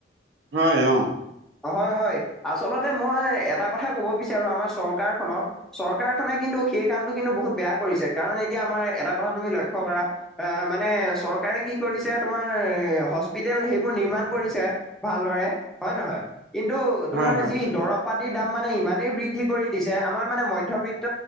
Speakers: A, on the right; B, in the centre.
A: হয়, অঁ।
B: হয় হয়, আচলতে মই এটা কথা ক'ব বিচাৰো আমাৰ চৰকাৰখনক, - চৰকাৰখনে কিন্তু সেই কামটো কিন্তু বহুত বেয়া কৰিছে, কাৰণ এতিয়া আমাৰ এটা কথা তুমি লক্ষ্য কৰা- আহ মানে চৰকাৰে কি কৰিছে তোমাৰ হস্পিতেল সেইবোৰ নিৰ্মাণ কৰিছে- ভালদৰে, হয় নহয়? কিন্তু তোমাৰ
A: হয়, হয়,
B: যি দৰৱ- পাতিৰ দাম মানে ইমানেই বৃদ্ধি কৰি দিছে আমাৰ মানে মধ্যত্ত